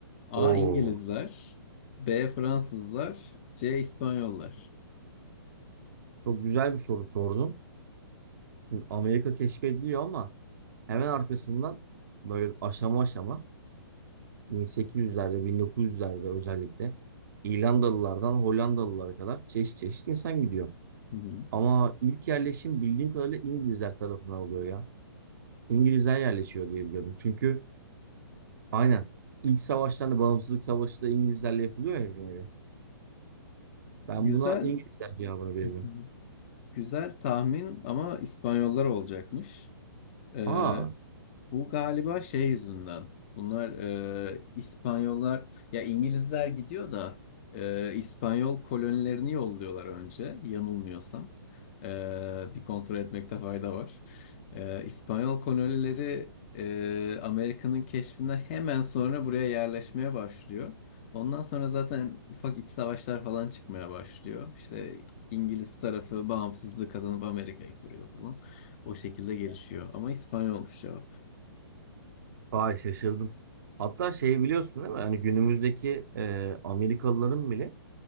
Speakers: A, on the left; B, on the right.
A: A.
B: Oo,
A: İngilizler, B. Fransızlar, C. İspanyollar.
B: çok güzel bir soru sordun. Şimdi Amerika keşfediliyor ama hemen arkasından böyle aşama aşama 1800'lerde, 1900'lerde özellikle İrlandalılardan Hollandalılara kadar çeşit çeşit insan gidiyor.
A: Hı hı.
B: Ama ilk yerleşim bildiğim kadarıyla İngilizler tarafından oluyor ya. İngilizler yerleşiyor diye biliyorum. Çünkü aynen ilk savaşlarda Bağımsızlık Savaşı da İngilizlerle yapılıyor ya bir nevi. Ben
A: Güzel,
B: buna İngilizler cevabını veririm.
A: Hı hı. güzel tahmin ama İspanyollar olacakmış. Ee,
B: Aa,
A: bu galiba şey yüzünden. Bunlar e, İspanyollar ya İngilizler gidiyor da e, İspanyol kolonilerini yolluyorlar önce yanılmıyorsam. E, bir kontrol etmekte fayda var. E, İspanyol kolonileri e, Amerika'nın keşfinden hemen sonra buraya yerleşmeye başlıyor. Ondan sonra zaten ufak iç savaşlar falan çıkmaya başlıyor. İşte İngiliz tarafı bağımsızlığı kazanıp Amerika'yı kuruyor falan. O şekilde gelişiyor. Ama İspanyolmuş ya.
B: Vay şaşırdım. Hatta şey biliyorsun değil mi? Hani günümüzdeki e, Amerikalıların bile